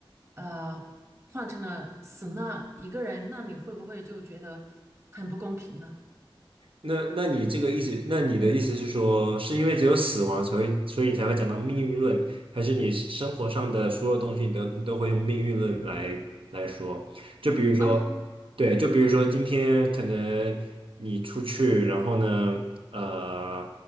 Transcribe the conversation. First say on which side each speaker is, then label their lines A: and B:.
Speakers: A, on the right; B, on the right.
A: 呃换成了死那一个人，那你会不会就觉得很不公平呢？
B: 那那你这个意思，那你的意思是说，是因为只有死亡，所以所以你才会讲到命运论，还是你生活上的所有东西你都你都会用命运论来来说？就比如说。
A: 啊，
B: 对，就比如说今天可能你出去，然后呢，呃，